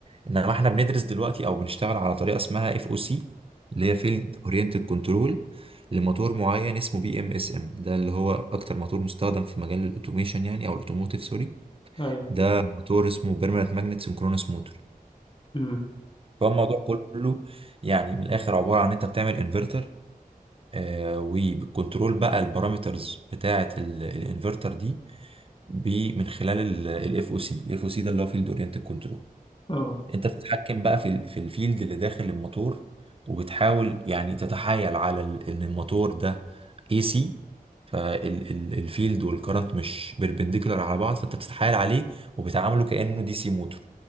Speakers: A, on the right (about 40°); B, on the left (about 35°).
A: انما احنا بندرس دلوقتي او بنشتغل على طريقه اسمها اف او سي اللي هي فيلد اورينتد كنترول لموتور معين اسمه بي ام اس ام ده اللي هو اكتر موتور مستخدم في مجال الاوتوميشن يعني او الاوتوموتيف سوري
B: ايوه
A: ده موتور اسمه بيرمننت ماجنت سنكرونس موتور
B: مم.
A: فالموضوع كله يعني من الاخر عباره عن انت بتعمل انفرتر آه وبالكنترول بقى البارامترز بتاعه الانفرتر دي ب- من خلال الاف او سي الاف او سي ده اللي هو فيلد اورينتد كنترول
B: اه
A: انت بتتحكم بقى في ال- في الفيلد اللي داخل الموتور وبتحاول يعني تتحايل على ال- ان الموتور ده اي سي فالفيلد والكرنت مش بيربنديكولار على بعض فانت بتتحايل عليه وبتعامله كانه دي سي موتور